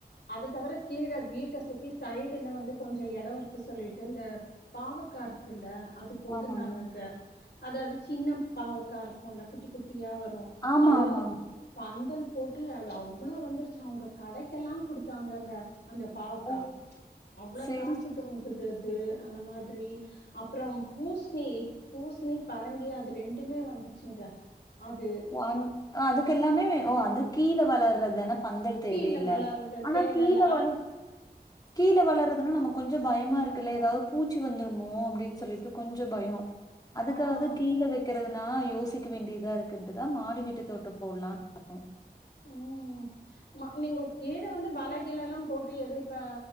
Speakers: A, on the left; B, on the left.
A: அத தவிர கீழ வீட்ட சுத்தி சைடுல வந்து கொஞ்ச இடம் இருக்கு சொல்லிட்டு இந்த பாவக்கா இருக்குல அது ட்ருந்தாங்க
B: ஆமாங்க.
A: அங்க அது அதுக் சின்ன பாவக்கா இருக்குல்ல குட்டி குட்டியா <unintelligible>
B: ஆமா,
A: அது
B: ஆமாங்க.
A: வந்து பந்தல் போட்டு அது அவ்வளவு வந்துருச்சு அவங்க கடைக்கெல்லா கொடுத்தாங்கங்க அந்த பாவக்கா
B: ஓ!
A: அவ்ளோ
B: சரி,
A: காச்சு
B: சரி.
A: தொங்குது அந்த மாதிரி அப்புறம் பூ பி பூசணி பரங்கி அது ரெண்டுமே வந்துச்சுங்க அது
B: வன் அதுக்கெல்லாமே ஆ அது கீழே வளர்றதுதான பந்தல் தேவையில்ல
A: கீழே வளர்றது
B: ஆனா
A: தேவையில்ல
B: கீழ
A: அப்
B: வள கீழே வளர்துன்னா நமக்கு கொஞ்ச பயமா இருக்குல்ல ஏதாவது பூச்சி வந்துருமோ அப்டின்னு சொல்லிட்டு கொஞ்சொ பயோ அதுக்காகதா
A: ஆஹ்
B: கீழ வைக்கிறது ஆ யோசிக்க வேண்டியதா இருக்குன் ட்டுதா மாடி வீட்டு தோட்டோ போடலான்னு பாத்தோ
A: உம் ம நீங்க கீழ வந்து வல கிலல்லா போட்டு ஏதோ இப்ப